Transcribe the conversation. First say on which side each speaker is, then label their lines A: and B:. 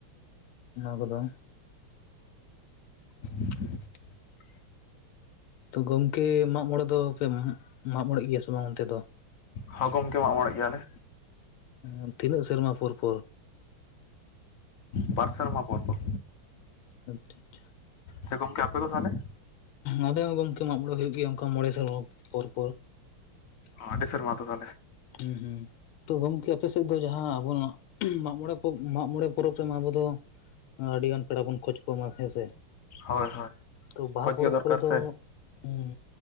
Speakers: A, on the left; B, on the left.
A: ᱚᱱᱟ ᱠᱚᱫᱚ᱾
B: <inaudible>
A: ᱛᱚ ᱜᱚᱢᱠᱮ ᱢᱟᱜᱽ ᱢᱚᱬᱮ ᱫᱚ ᱯᱮ ᱢᱟᱜᱽ ᱢᱚᱬᱮᱜ ᱜᱮᱭᱟ ᱥᱮ ᱵᱟᱝ ᱚᱱᱛᱮ ᱫᱚ?
B: ᱦᱚᱸ ᱜᱚᱢᱠᱮ ᱢᱟᱜ ᱢᱟᱬᱮᱜ ᱜᱮᱭᱟ ᱞᱮ᱾
A: ᱮᱸ ᱛᱤᱱᱟᱹᱜ ᱥᱮᱨᱢᱟ ᱯᱚᱨ ᱯᱚᱨ?
B: ᱵᱟᱨ ᱥᱮᱨᱢᱟ ᱯᱚᱨ ᱯᱚᱨ᱾
A: ᱟᱪᱪᱷᱟ ᱟᱪᱪᱷᱟ᱾
B: ᱦᱮᱸ ᱜᱚᱝᱠᱮ ᱟᱯᱮ ᱫᱚ ᱛᱟᱦᱚᱞᱮ?
A: ᱟᱞᱮ ᱦᱚᱸ ᱜᱚᱢᱠᱮ ᱢᱟᱜ ᱢᱚᱬᱮ ᱦᱩᱭᱩᱜ ᱜᱮᱭᱟ ᱚᱱᱠᱟ ᱢᱚᱬᱮ ᱥᱮᱨᱢᱟ ᱯᱚᱨ ᱯᱚᱨ᱾
B: ᱚᱸ ᱟᱹᱰᱤ ᱥᱮᱨᱢᱟ ᱛᱚ ᱛᱟᱦᱚᱞᱮ᱾
A: ᱦᱩᱸ ᱦᱩᱸ᱾ ᱛᱚ ᱜᱚᱢᱠᱮ ᱟᱯᱮ ᱥᱮᱫ ᱫᱚ ᱡᱟᱦᱟᱸ ᱟᱵᱚ ᱢᱟᱜ ᱢᱟᱜᱽ ᱢᱚᱬᱮ ᱯᱚᱵ ᱢᱟᱜᱽ ᱢᱚᱬᱮ ᱯᱚᱨᱚᱵᱽ ᱨᱮᱢᱟ ᱟᱵᱚ ᱫᱚ ᱟᱹᱰᱤᱜᱟᱱ ᱯᱮᱲᱟ ᱵᱚᱱ ᱠᱷᱚᱡ ᱠᱚᱢᱟ ᱦᱮᱸ ᱥᱮ
B: ᱦᱳᱭ ᱦᱳᱭ
A: ᱛᱚ ᱵᱟᱦᱟ
B: ᱠᱷᱚᱡᱽ
A: ᱯᱚᱨᱚᱵᱽ
B: ᱜᱮ ᱫᱚᱨᱠᱟᱨ
A: ᱠᱚᱨᱮ ᱫᱚ
B: ᱥᱮ
A: ᱦᱩᱸ